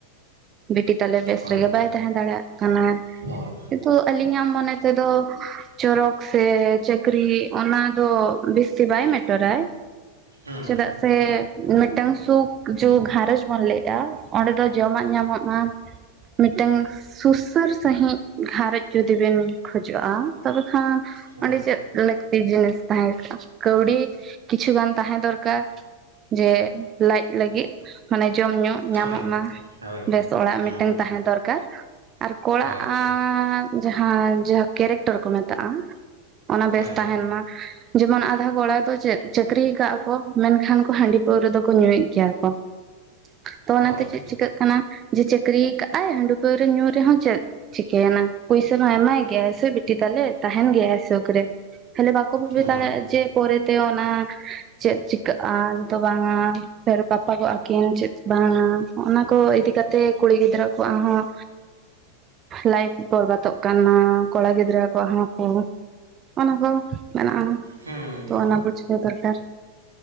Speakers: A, on the right (about 30°); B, on the right (about 75°).
A: ᱵᱤᱴᱤ ᱛᱟᱞᱮ ᱵᱮᱥ
B: ᱦᱳᱭ
A: ᱨᱮᱜᱮ ᱵᱟᱭ ᱛᱟᱦᱮᱸ ᱫᱟᱲᱮᱭᱟᱜ ᱠᱟᱱᱟ
B: ᱦᱳᱭ
A: ᱾ ᱛᱳ ᱟᱹᱞᱤᱧᱟᱜ ᱢᱚᱱᱮ ᱛᱮ ᱫᱚ, ᱪᱚᱨᱚᱠ ᱥᱮ ᱪᱟᱹᱠᱨᱤ ᱚᱱᱟ ᱫᱚ <inaudible> ᱛᱚᱨᱟᱭ
B: ᱦᱮᱸ
A: ᱪᱮᱫᱟᱜ ᱥᱮ, ᱢᱤᱫᱴᱟᱝ ᱥᱩᱠ ᱡᱩᱜᱽ ᱜᱷᱟᱨᱚᱸᱡᱽ ᱵᱚᱱ ᱞᱟᱹᱭ ᱮᱜᱼᱟ ᱚᱸᱰᱮ ᱫᱚ ᱡᱚᱢᱟᱜ ᱧᱟᱢᱚᱜᱼᱢᱟ, ᱢᱤᱫ ᱴᱟᱝ ᱥᱩᱥᱟᱹᱨ ᱥᱟᱺᱦᱤᱡ ᱜᱷᱟᱨᱚᱸᱡᱽ ᱡᱩᱫᱤ ᱵᱤᱱ ᱠᱷᱚᱡᱚᱜᱼᱟ ᱛᱚᱵᱮ ᱠᱷᱟᱱ,
B: ᱦᱮᱸ
A: ᱚᱸᱰᱮ ᱪᱮᱫ ᱞᱟᱹᱠᱛᱤ ᱡᱤᱱᱤᱥ ᱛᱟᱦᱮᱸ ᱠᱟᱹᱣᱰᱤ, ᱠᱤᱪᱷᱩ ᱜᱟᱱ ᱛᱟᱦᱮᱸ ᱫᱚᱨᱠᱟᱨ ᱡᱮ ᱞᱟᱡ ᱞᱟᱹᱜᱤᱫ, ᱢᱟᱱᱮ ᱡᱚᱢ ᱧᱩ ᱧᱟᱢᱚᱜ
B: ᱦᱳᱭ
A: ᱢᱟ
B: ᱦᱳᱭ
A: ᱵᱮᱥ ᱚᱲᱟᱜ
B: ᱦᱩᱸ
A: ᱢᱤᱫᱴᱟᱝ ᱛᱟᱦᱮᱸ ᱫᱚᱨᱠᱟᱨ, ᱟᱨ ᱠᱚᱲᱟ-ᱟᱜ
B: ᱦᱳᱭ
A: ᱡᱟᱦᱟᱸ ᱡᱟᱦᱟᱸ ᱠᱮᱨᱮᱠᱴᱚᱨ ᱠᱚ ᱢᱮᱛᱟᱜᱼᱟ, ᱚᱱᱟ ᱵᱮᱥ
B: ᱦᱳᱭ
A: ᱛᱟᱦᱮᱱ ᱢᱟ, ᱡᱮᱢᱚᱱ ᱟᱫᱷᱟ ᱜᱚᱲᱟ ᱛᱚ ᱪᱮᱫ ᱪᱟᱹᱠᱨᱤ ᱟᱠᱟᱫᱼᱟ ᱠᱚ ᱢᱮᱱᱠᱷᱟᱱ ᱠᱚ ᱦᱟᱺᱰᱤ ᱯᱟᱹᱣᱨᱟᱹ ᱫᱚᱠᱚ ᱧᱩᱭᱮᱫ ᱜᱮᱭᱟ ᱠᱚ ᱾ ᱛᱚ
B: ᱦᱳᱭ
A: ᱚᱱᱟ ᱛᱮ ᱪᱮᱫ ᱪᱤᱠᱟᱹᱜ ᱠᱟᱱᱟ ᱡᱮ ᱪᱟᱹᱠᱨᱤ ᱠᱟᱜᱼ ᱟᱭ ᱦᱟᱺᱰᱤ ᱯᱟᱹᱣᱨᱟᱹ ᱧᱩᱨ ᱨᱮᱦᱚᱸ ᱪᱮᱫ? ᱪᱤᱠᱟᱹᱭᱮᱱᱟ, ᱯᱩᱭᱥᱟ ᱢᱟ ᱮᱢᱟᱭ ᱜᱮᱭᱟ ᱥᱮ ᱵᱤᱴᱤ ᱛᱟᱞᱮ ᱛᱟᱦᱮᱱ ᱜᱮᱭᱟ ᱥᱩᱠ ᱨᱮ, ᱛᱟᱦᱚᱞᱮ ᱵᱟᱠᱚ ᱵᱩᱡᱟᱹᱣ
B: ᱦᱩᱸ
A: ᱫᱟᱲᱮᱭᱟᱜᱼᱟ ᱡᱮ ᱯᱚᱨᱮ ᱛᱮ ᱚᱱᱟ ᱪᱮᱫ ᱪᱤᱠᱟᱹᱜᱼᱟ ᱫᱚ ᱵᱟᱝᱟ, ᱯᱮᱨᱮ ᱯᱟᱯᱟᱜᱚᱜ-ᱟ ᱟᱹᱠᱤᱱ ᱪᱮᱫ ᱵᱟᱝᱟ ᱚᱱᱟ ᱠᱚ ᱤᱫᱤ ᱠᱟᱛᱮ ᱠᱩᱲᱤ ᱜᱤᱫᱽᱨᱟᱹ ᱠᱚᱣᱟᱜ ᱦᱚᱸ ᱞᱟᱭᱤᱯᱷ ᱵᱚᱨᱵᱟᱫᱚᱜ ᱠᱟᱱᱟ ᱠᱚᱲᱟ ᱜᱤᱫᱽᱨᱟᱹ ᱠᱚᱣᱟᱜ ᱦᱚᱸ, ᱚᱱᱟ ᱫᱚ ᱢᱮᱱᱟᱜᱼᱟ,
B: ᱦᱩᱸ
A: ᱛᱚ ᱚᱱᱟ ᱵᱩᱡᱷᱟᱹᱣ ᱫᱚᱨᱠᱟᱨ,